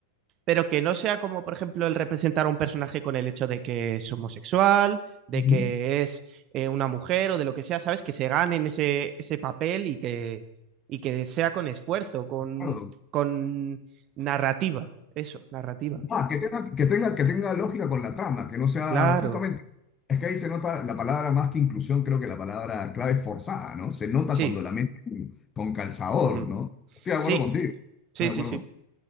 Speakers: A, on the right; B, on the left.
A: pero que no sea como, por ejemplo, el representar a un personaje con el hecho de que es homosexual, de
B: Ujú,
A: que es eh, una mujer o de lo que sea, ¿sabes? Que se ganen ese, ese papel y que, y que sea con esfuerzo, con,
B: De acuerdo.
A: con narrativa, eso, narrativa.
B: Ah, que tenga, que tenga, que tenga lógica con la trama, que no sea
A: Claro,
B: justamente, es que ahí se nota la palabra más que inclusión, creo que la palabra clave es forzada, ¿no? Se nota
A: sí.
B: cuando la meten con calzador,
A: ujú.
B: ¿no? Estoy de
A: Sí,
B: acuerdo contigo, estoy
A: sí,
B: de
A: sí,
B: acuerdo
A: sí.